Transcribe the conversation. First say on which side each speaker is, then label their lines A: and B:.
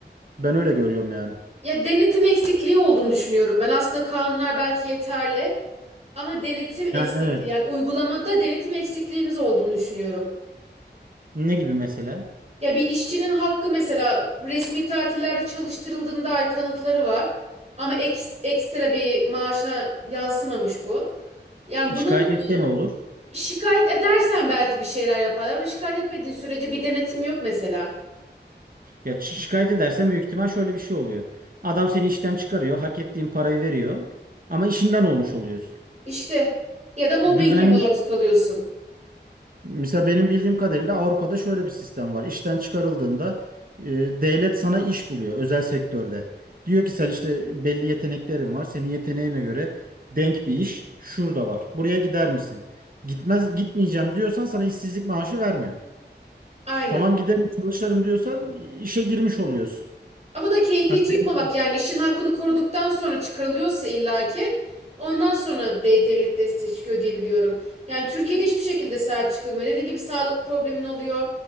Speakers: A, on the right (about 50°); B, on the right (about 35°).
A: Ben öyle görüyorum yani.
B: Ya denetim eksikliği olduğunu düşünüyorum. Ben aslında kanunlar belki yeterli ama denetim eksikliği
A: Yani evet.
B: yani uygulamada denetim eksikliğimiz olduğunu düşünüyorum.
A: Ne gibi mesela?
B: Ya bir işçinin hakkı mesela resmi tatillerde çalıştırıldığına dair kanıtları var. Ama ek, ekstra bir maaşına yansımamış bu. Yani
A: Şikayet
B: bunun
A: etse ne olur?
B: şikayet edersen belki bir şeyler yaparlar ama şikayet etmediğin sürece bir denetim yok mesela.
A: Ya şi- şikayet edersen büyük ihtimal şöyle bir şey oluyor. Adam seni işten çıkarıyor, hak ettiğin parayı veriyor ama işinden olmuş oluyorsun.
B: İşte ya da mobbinge
A: Düzen
B: maruz kalıyorsun.
A: mesela benim bildiğim kadarıyla Avrupa'da şöyle bir sistem var. İşten çıkarıldığında e, devlet sana iş buluyor özel sektörde. Diyor ki sen işte belli yeteneklerin var. Senin yeteneğine göre denk bir iş şurada var. Buraya gider misin? Gitmez gitmeyeceğim diyorsan sana işsizlik maaşı vermiyor.
B: Aynen.
A: Tamam giderim çalışırım diyorsan işe girmiş oluyorsun.
B: Ama bu da keyfi
A: Hani
B: çıkmamak
A: belli-
B: yani işin hakkını koruduktan sonra çıkarılıyorsa illaki ondan sonra de- devlet desteği çıkıyor diye biliyorum. Yani Türkiye'de hiçbir şekilde sahip çıkılmıyor. Dediğim gibi sağlık problemin oluyor.